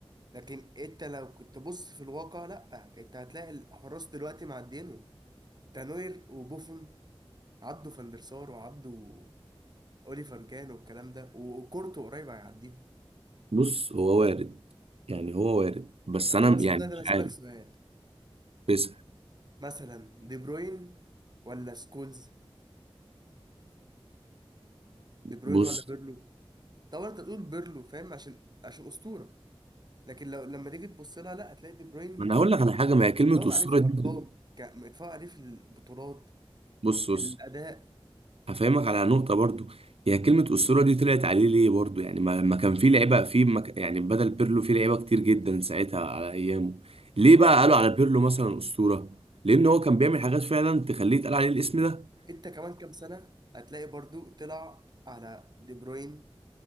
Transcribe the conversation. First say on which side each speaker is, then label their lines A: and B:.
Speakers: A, on the right; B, on the right.
A: لكن انت لو كنت تبص في الواقع لا انت هتلاقي الحراس دلوقتي معدينهم تانوير وبوفون عدوا فان der سار وعدوا اوليفر جان والكلام ده وكورتو قريب هيعديهم
B: بص هو وارد يعني هو وارد بس
A: يعني
B: انا
A: مثلا
B: يعني
A: ده
B: مش
A: انا اسالك
B: عارف
A: سؤال
B: بس
A: مثلا دي بروين ولا سكولز دي بروين
B: بص
A: ولا بيرلو طبعا انت تقول بيرلو فاهم عشان عشان اسطوره لكن لو لما تيجي تبص لها لا هتلاقي دي بروين
B: انا هقول لك على حاجه ما هي كلمه
A: اتفوق
B: اسطوره
A: عليه في الارقام
B: دي <laughs>
A: ك- اتفوق عليه في البطولات
B: بص
A: في
B: بص
A: الاداء
B: هفهمك على نقطه برضو هي كلمه اسطوره دي طلعت عليه ليه برضو يعني ما ما كان في لعيبه في مك... يعني بدل بيرلو في لعيبه كتير جدا ساعتها على ايامه ليه بقى قالوا على بيرلو مثلا اسطوره لان هو كان بيعمل حاجات فعلا تخليه يتقال عليه الاسم ده
A: انت كمان كام سنه هتلاقي برضو طلع على دي بروين